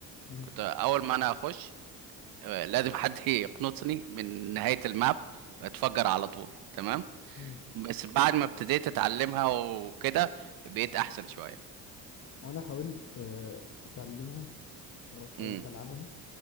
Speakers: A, on the left (about 30°); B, on the right (about 45°).
A: مم.
B: كنت اول ما انا اخش آه، لازم حد <laughs> يقنصني من نهايه الماب اتفجر على طول تمام
A: مم.
B: بس بعد ما ابتديت اتعلمها وكده بقيت احسن شويه
A: وانا حاولت آه، اتعلمها وحاولت
B: امم
A: العبها